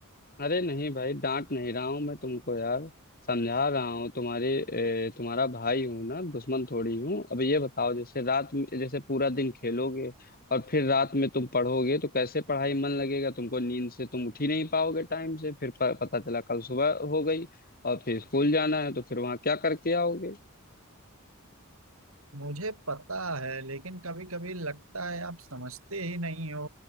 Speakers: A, on the left (about 45°); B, on the right (about 65°).
A: अरे नहीं भाई डांट नहीं रहा हूँ मैं तुमको यार समझा रहा हूँ तुम्हारे ए, तुम्हारा भाई हूँ ना दुश्मन थोड़ी हूँ अब ये बताओ जैसे रात में जैसे पूरा दिन खेलोगे और फिर रात में तुम पढ़ोगे तो कैसे पढ़ाई मन लगेगा तुमको नींद से तुम उठ ही नहीं पाओगे टाइम से फिर प, पता चला कल सुबह हो गई और फिर स्कूल जाना है तो फिर वहाँ क्या करके आओगे
B: मुझे पता है लेकिन कभी कभी लगता है आप समझते ही नहीं हो